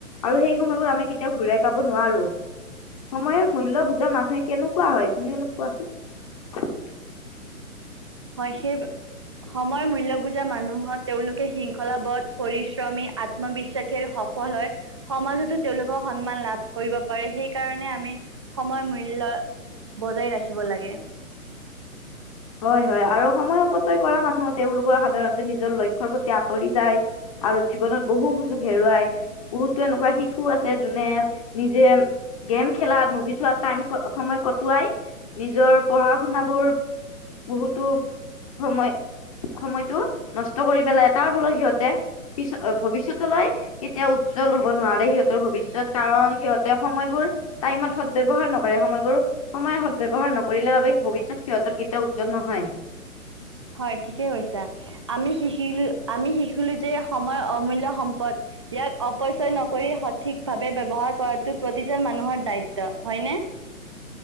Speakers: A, on the left (about 25°); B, on the right (about 20°).
A: আৰু সেই সময়বোৰ আমি কেতিয়াও ঘূৰাই পাব নোৱাৰো। সময়ৰ মূল্য বুজা মানুহে কেনেকুৱা হয় তুমি অলপ কোৱাচোন।
B: হয়, সেই সময়ৰ মূল্যবুজা মানুহত তেওঁলোকে শৃংখলাবধ পৰিশ্ৰমী আ আত্মবিশ্বাসি আৰু সফল হয়। সমাজতো তেওঁলোকৰ সন্মান লাভ কৰিব পাৰে সেইকাৰণে আমি সময় মূল্য বজাই ৰাখিব লাগে।
A: হয়, হয় আৰু সময় অপচয় কৰা মানুহ তেওঁলোকৰ সাধাৰণতে নিজৰ লক্ষ্যৰ প্ৰতি আঁতৰি যায়। আৰু জীৱনত বহু সুযোগ হেৰুৱাই বহুতো এনেকুৱা শিশু আছে যোনে নিজে গেম খেলাত মুভি চোৱাত টাইম সময় কটোৱাই নিজৰ পঢ়া শুনাবোৰ বহুতো সময় সময়তটো নষ্ট কৰি পেলাই তাৰ ফলত সিহঁতে পি ভৱিষ্যতলৈ কেতিয়াও উজ্জ্বল হব নোৱাৰে সিহঁতৰ ভৱিষ্যয়ত কাৰণ সিহঁতে সময়বোৰ টাইমত সদ ব্যয়ৱহাৰ নকৰে সময়বোৰ সদব্যয়ৱহাৰ নকৰিলে বাবে সিহঁতৰ এটা উজ্জ্বল নহয়।
B: হয় ঠিকে কৈছা, আমি শিকিলো আমি শিকিলো যে সময়ৰ অমূল্যয় সম্পদ। ইয়াক অপচয় নকৰি ভাৱে ব ব্যৱহাৰ প্ৰতিজন মানুহৰ দায়িত্ব হয়নে?